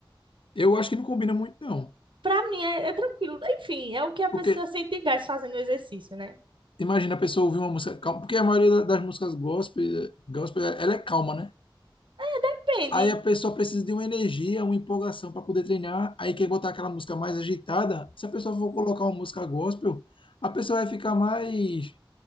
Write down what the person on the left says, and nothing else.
eu acho que não combina muito, não.
Porque
imagina a pessoa ouvir uma música calma, porque a maioria da- das músicas gospel, gospel, ela é calma, né?
Aí a pessoa precisa de uma energia, uma empolgação para poder treinar, aí quer botar aquela música mais agitada. Se a pessoa for colocar uma música gospel, a pessoa vai ficar mais